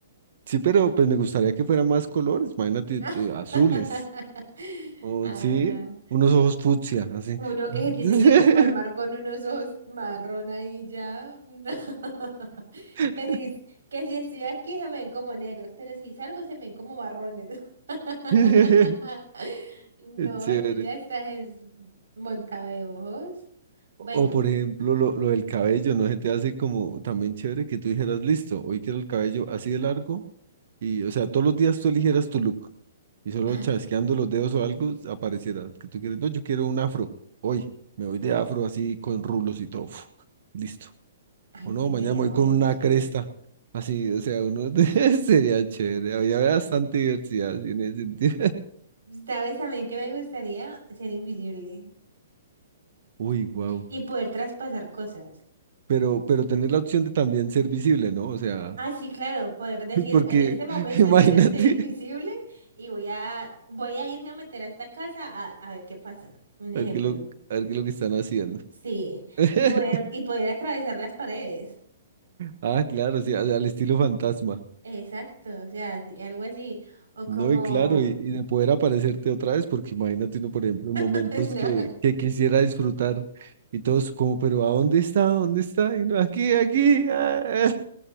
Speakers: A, on the right (about 60°); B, on the right (about 85°).
A: Sí, pero pues me gustaría que fueran más colores, imagínate,
B: <laughs>
A: eh, azules, o
B: Ah,
A: sí, unos ojos fucsia, así.
B: uno que
A: <laughs>
B: se tiene que conformar con unos ojos marrón ahí ya. <laughs> No.
A: <laughs>
B: Que si, que si estoy aquí se me ven como negros, pero si salgo se me ven como marrones. <laughs>
A: <laughs>
B: No,
A: Chévere.
B: tú ya estás es monta de ojos. Bueno,
A: O por ejemplo, lo, lo del cabello, ¿no se te hace como también chévere que tú dijeras, listo, hoy quiero el cabello así de largo y, o sea, todos los días tú eligieras tu look y solo
B: ay,
A: chasqueando los dedos o algo apareciera que tú quieres, no, yo quiero un afro, hoy me voy de afro así con rulos y todo, uf, listo.
B: ay,
A: O
B: sí,
A: no, mañana
B: sería
A: me voy
B: muy
A: con
B: emocionante.
A: una cresta, así, o sea, uno <laughs> sería chévere, había bastante diversidad así en ese sentido. <laughs>
B: ¿Sabes a mí que me gustaría? Ser invisible.
A: Uy, wow.
B: Y poder traspasar cosas.
A: Pero, pero tener la opción de también ser visible, ¿no? O sea...
B: Ah, sí, claro, poder decir,
A: <laughs> Porque
B: en este momento
A: <laughs> imagínate,
B: quiero ser invisible y voy a, voy a irme a meter a esta casa a, a ver qué pasa. Un ejemplo.
A: a ver qué lo, a ver qué es lo que están haciendo.
B: Sí,
A: <laughs>
B: y poder, y poder atravesar las paredes.
A: Ah, claro, sí, al al estilo fantasma.
B: Exacto, o sea, sí, algo así. O
A: No,
B: como...
A: y claro, y, y de poder aparecerte otra vez, porque imagínate uno, por ejemplo, en
B: <laughs>
A: momentos
B: No,
A: que, que quisiera disfrutar y todos como, pero ¿a dónde está? ¿Dónde está? Y uno, aquí, aquí. ah".